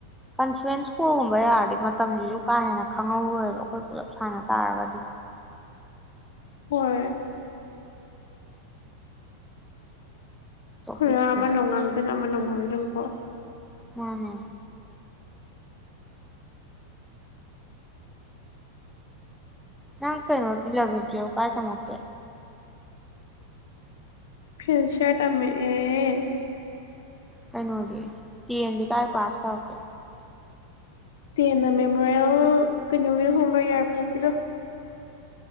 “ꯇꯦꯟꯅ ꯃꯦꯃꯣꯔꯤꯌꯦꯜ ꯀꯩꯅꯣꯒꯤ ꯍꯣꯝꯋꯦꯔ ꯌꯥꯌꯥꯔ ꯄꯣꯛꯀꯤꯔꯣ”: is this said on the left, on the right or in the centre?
Left